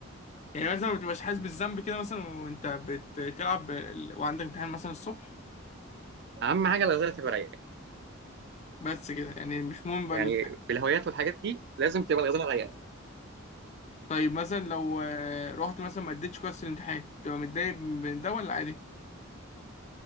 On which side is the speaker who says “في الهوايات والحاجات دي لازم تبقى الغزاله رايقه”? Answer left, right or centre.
Right